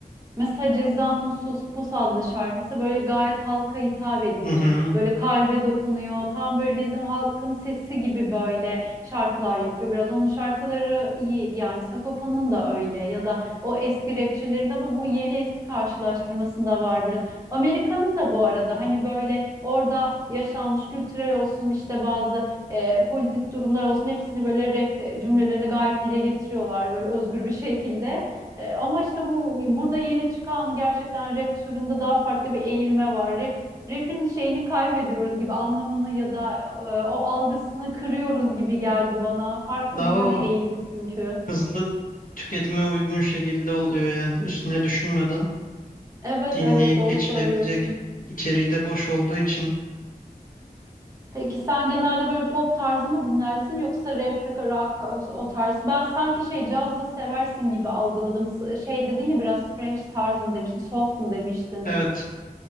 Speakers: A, on the right; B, on the left.
A: Mesela Ceza'nın Sus Pus adlı şarkısı böyle gayet halka hitap ediyor.
B: Hı hı.
A: Böyle kalbe dokunuyor. Tam böyle bizim halkın sesi gibi böyle şarkılar yapıyor. Biraz onun şarkıları iyi. Yani Sagopa'nın da öyle ya da o eski rapçilerin de ama bu yeni eski karşılaştırmasında var biraz. Amerika'nın da bu arada hani böyle orada yaşanmış kültürel olsun işte bazı e, politik durumlar olsun hepsini böyle rap e, cümlelerinde gayet dile getiriyorlar böyle özgür bir şekilde. E, ama işte bu burada yeni çıkan gerçekten rap türünde daha farklı bir eğilme var. Rap rap'in şeyini kaybediyoruz gibi anlamını ya da e, o algısını kırıyoruz gibi geldi bana. Farklı
B: Daha
A: bir yöne
B: o
A: eğildi çünkü.
B: hızlı tüketime uygun şekilde oluyor yani üstüne düşünmeden
A: Evet
B: dinleyip
A: evet doğru
B: geçilebilecek
A: söylüyorsun.
B: içeriği de boş olduğu için
A: Peki sen genelde böyle pop tarzı mı dinlersin yoksa rap, rock o, o tarz? Ben sanki şey caz da seversin gibi algıladım. S- Şey dedin ya biraz fresh tarz mı demiştin, soft mu demiştin?
B: evet